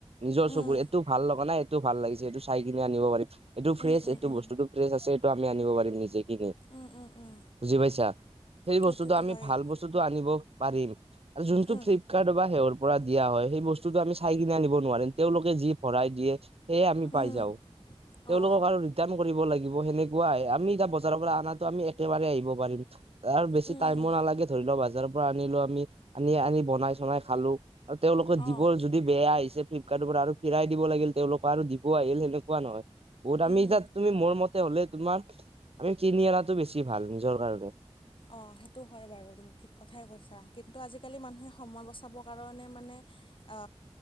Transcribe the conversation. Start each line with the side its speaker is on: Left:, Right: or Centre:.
Right: নিজৰ
Left: উম
Right: চকুৰ এইটো ভাল লগা নাই, এইটো ভাল লাগিছে, এইটো চাই কিনে আনিব পাৰিম, এইটো ফ্ৰেচ
Left: উম উম
Right: এইটো
Left: উম
Right: বস্তুতটো ফ্ৰেচ আছে এইটো আমি আনিব পাৰিম নেকি।
Left: উম উম উম
Right: বুজি পাইছা, সেই
Left: সেইটোতো
Right: বস্তুটো আমি
Left: হয়েই
Right: ভাল বস্তুতটো আনিব পাৰিম যোনটো
Left: উম
Right: ফ্লিপকাৰ্টত বা সেয়ৰ পৰা দিয়া হয় সেই বস্তু বস্তুতো আমি চাই কিনে আনিব নোৱাৰিম তেওঁলোকে যি ভৰাই দিয়ে সেয়েই আমি
Left: উম
Right: পাই যাওঁ
Left: অ
Right: তেওঁলোকৰ আৰু ৰিটাৰ্ণ কৰিব লাগিব সেনেকুৱাই আমি বজাৰৰ পৰা অনা আমি একে আহিব পাৰিম আৰু বেছি
Left: উম
Right: টাইমো নালাগে ধৰি লওক বজাৰৰ পৰা আনিলো আমি আনি আনি বনাই চনাই খালো আৰু তেওঁলোকৰ
Left: অ
Right: দিবৰ যদি বেয়া আহিছে ফ্লিপকাৰ্টৰ পৰা আৰু ফিৰাই দিব লাগিল তেওঁলোকক আৰু দিব আহিল সেনেকুৱা নহয় বহুত আমি
Left: উম
Right: তাত তুমি মোৰ মতে হ'লে তোমাৰ আমি কিনি অনাতটো বেছি ভাল নিজৰ কাৰণে
Left: অঁ সেইটো হয় বাৰু তুমি ঠিক কথাই কৈছা কিন্তু আজিকালি মানুহে সময় বচাবৰ কাৰণে মানে অ